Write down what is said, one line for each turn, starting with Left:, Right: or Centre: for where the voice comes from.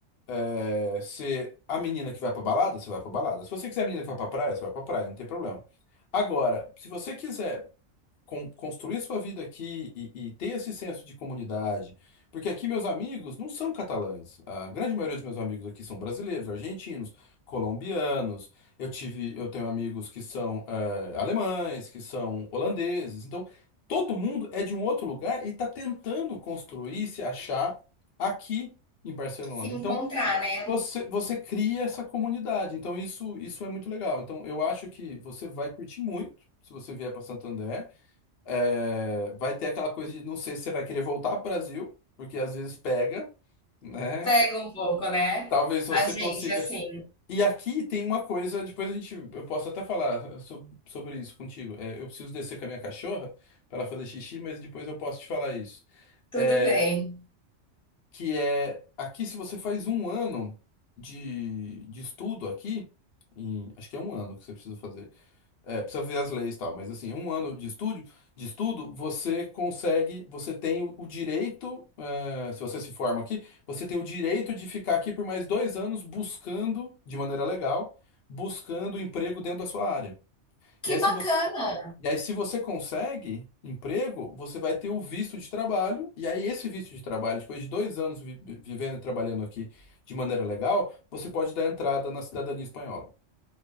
Left: É, se a menina que vai pra balada, você vai pra balada. Se você quiser a menina que vai pra praia, você vai pra praia, não tem problema. Agora, se você quiser con- construir sua vida aqui e, e ter esse senso de comunidade, porque aqui meus amigos não são catalães. A grande maioria dos meus amigos aqui são brasileiros, argentinos, colombianos. Eu tive, eu tenho amigos que são é, alemães, que são holandeses. Então, todo mundo é de um outro lugar e está tentando construir, se achar aqui em Barcelona.
Centre: Se encontrar,
Left: Então
Centre: né?
Left: você, você cria essa comunidade, então isso, isso é muito legal. Então eu acho que você vai curtir muito se você vier para Santander. É, vai ter aquela coisa de não sei se você vai querer voltar para o Brasil, porque às vezes pega, né?
Centre: Pega um pouco, né?
Left: Talvez você
Centre: A gente,
Left: consiga.
Centre: assim,
Left: E aqui tem uma coisa, depois a gente, eu posso até falar so- sobre isso contigo. É, eu preciso descer com a minha cachorra para ela fazer xixi, mas depois eu posso te falar isso.
Centre: tudo
Left: É,
Centre: bem.
Left: que é aqui se você faz um ano de, de estudo aqui, em- acho que é um ano que você precisa fazer. É, precisa ver as leis e tal, mas assim, um ano de estudo de estudo, você consegue, você tem o, o direito, é, se você se forma aqui, você tem o direito de ficar aqui por mais dois anos buscando, de maneira legal, buscando emprego dentro da sua área.
Centre: Que
Left: E aí, se
Centre: bacana!
Left: você, e aí, se você consegue emprego, você vai ter o visto de trabalho. E aí, esse visto de trabalho, depois de dois anos vi- vivendo e trabalhando aqui de maneira legal, você pode dar entrada na cidadania espanhola.